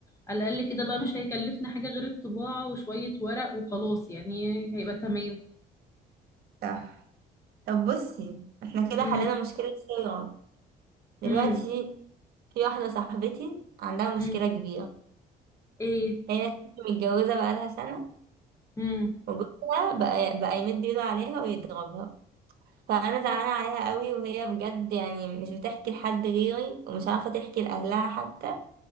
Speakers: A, on the left; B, on the right.
A: على الاقل كده بقى مش هيكلفنا حاجة غير الطباعة وشوية ورق وخلاص يعني هيبقى تمام
B: صح طب بصي احنا كده
A: امم
B: حلينا مشكلة صيغة دلوقتي
A: امم
B: في واحدة صاحبتي عندها مشكلة
A: امم
B: كبيرة
A: ايه
B: هي ست متجوزة بقالها سنة
A: امم
B: وجوزها بقى, بقى يمد ايده عليها ويضربها فأنا زعلانة عليها قوي وهي بجد يعني مش بتحكي لحد غيري ومش عارفة تحكي لأهلها حتى